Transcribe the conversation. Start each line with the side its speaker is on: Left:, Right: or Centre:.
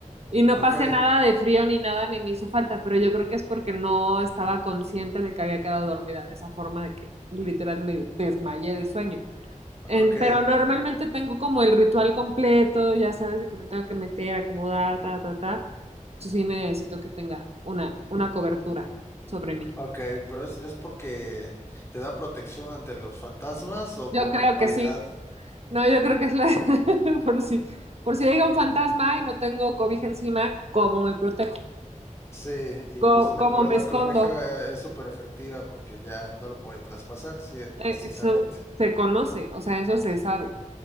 Right: Y no
Left: Ok,
Right: pasé nada de frío ni nada, ni me hizo falta, pero yo creo que es porque no estaba consciente de que había quedado dormida de esa forma de que literal me desmayé de sueño. En-
Left: ok,
Right: pero normalmente tengo como el ritual completo, ya sabes de que me tengo que meter, acomodar, ta, ta, ta. entonces sí necesito que tenga una, una cobertura sobre mí.
Left: ok, pero es, es porque te da protección ante los fantasmas o
Right: Yo
Left: por
Right: creo
Left: comodidad.
Right: que sí. No, yo creo que es la... <laughs> por si, por si llega un fantasma y no tengo cobija encima, ¿cómo me protejo?
Left: Sí, y
Right: Co-
Left: pues la,
Right: ¿Cómo,
Left: co-
Right: me
Left: la
Right: escondo?
Left: cobeja es súper efectiva porque ya no lo puede traspasar, sí,
Right: Eh,
Left: precisamente.
Right: Eso se conoce, o sea, eso se sabe.